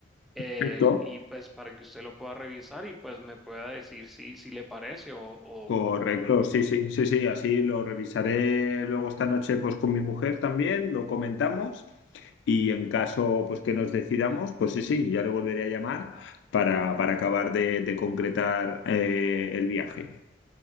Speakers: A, in the centre; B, on the left (about 80°).
A: Eh,
B: Perfecto.
A: y pues para que usted lo pueda revisar y pues me pueda decir si, si le parece o, o-
B: Correcto, sí, sí, sí, sí, así lo revisaré luego esta noche pues con mi mujer también, lo comentamos y en caso pues que nos decidamos, pues sí, sí, ya le volveré a llamar para, para acabar de, de concretar eh, el viaje.